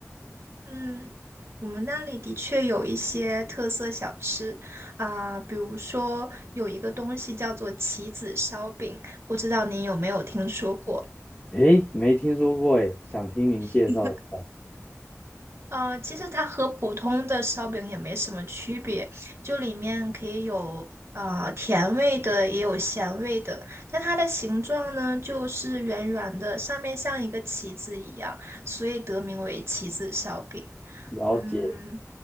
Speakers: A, on the right; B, on the left.
A: 嗯，我们那里的确有一些特色小吃啊，比如说有一个东西叫做棋子烧饼，不知道您有没有听说过？
B: 诶，没听说过诶，想听您介绍一下。
A: <laughs> 呃，其实它和普通的烧饼也没什么区别，就里面可以有呃甜味的，也有咸味的。但它的形状呢，就是圆圆的，上面像一个旗子一样，所以得名为旗子烧饼。
B: 了解，
A: 嗯